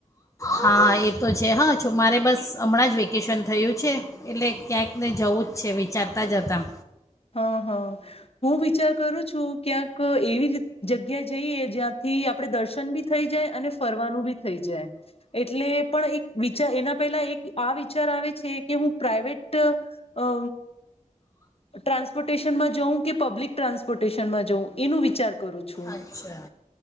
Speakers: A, on the left; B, on the left.
A: હા એ તો છે હા છ મારે બસ હમણાં જ વેકેશન થયું છે એટલે ક્યાંકને જવું જ છે વિચારતા જ હતા.
B: હા હા, હું વિચાર કરું છું ક્યાંક એવી જગ્યા જઈએ જ્યાંથી આપણે દર્શન બી થઈ જાય અને ફરવાનું બી થઈ જાય, એટલે પણ એક વિચાર એના પહેલા એક આ વિચાર આવે છે કે હું પ્રાઇવેટ અ ટ્રાન્સપોર્ટેશનમાં જાઉં કે પબ્લિક ટ્રાન્સપોર્ટેશનમાં જાઉં એનું વિચાર કરું છું.
A: અચ્છા